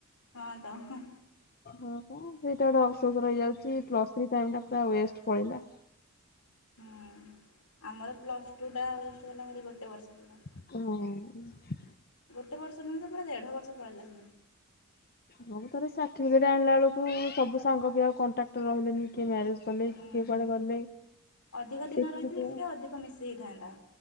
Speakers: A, on the left; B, on the left.
A: ହଁ ତ ହୁ।
B: ହଁ-ହଁ ସେଇଟା ଗୋଟେ ଅଫସୋସ୍ ରହିଯାଉଛି ପ୍ଲସ୍ ଥ୍ରୀ ଟାଇ ଟା ପୁରା ୱେଷ୍ଟ ପଳେଇଲା।
A: ହୁଁ ଆମର ପ୍ଲସ୍ ଟୁ ଟା ୱେଷ୍ଟ ଗଲା ହେରି ଗୋଟେ ବର୍ଷ ପୁରା।
B: ହୁଁ।
A: ଗୋଟେ ବର୍ଷ ନୁହଁ ପୁରା ଦେଢ଼ ବର୍ଷ ପଳେଇଲା।
B: ସବୁ ତ ସାର୍ଟିଫିକେଟ ଆଣିଲା ବେଳକୁ ସବୁ ସାଙ୍ଗ ପିଲା କଣ୍ଟ୍ରାକ୍ଟର୍ ରହିଲେନି କିଏ ମ୍ୟାରେଜ୍ କଲେ
A: ହୁଁ
B: କିିଏ
A: ହୁଁ
B: କୁଆଡ଼େ ଗଲେ
A: ଅଧିକ ଦିନ
B: ଏକୁଟିଆ।
A: ରହିଥିଲେ ଟିକେ ଅଧିକ ମିଶି ହେଇଥାନ୍ତା।